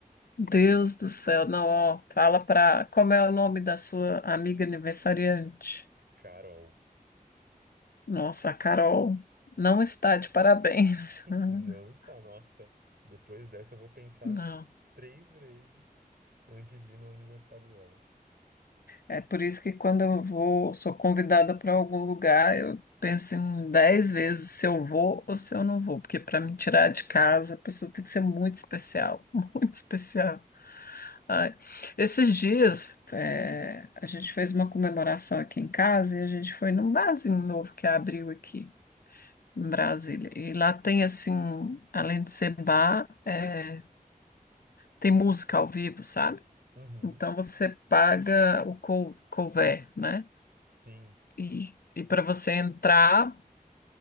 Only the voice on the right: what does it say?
Carol,
não está. Nossa, depois dessa eu vou pensar
três vezes <laughs> antes de ir no aniversário dela.
Uhum,
sim.